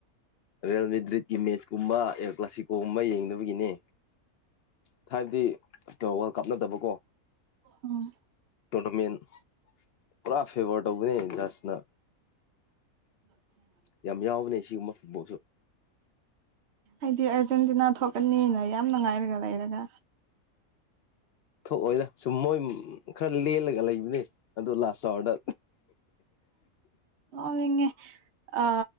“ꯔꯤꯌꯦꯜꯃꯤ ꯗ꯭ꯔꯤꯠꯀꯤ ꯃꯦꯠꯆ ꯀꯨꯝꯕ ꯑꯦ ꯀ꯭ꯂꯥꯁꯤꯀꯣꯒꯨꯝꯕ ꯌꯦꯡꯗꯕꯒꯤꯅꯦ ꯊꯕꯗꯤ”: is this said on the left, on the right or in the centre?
Left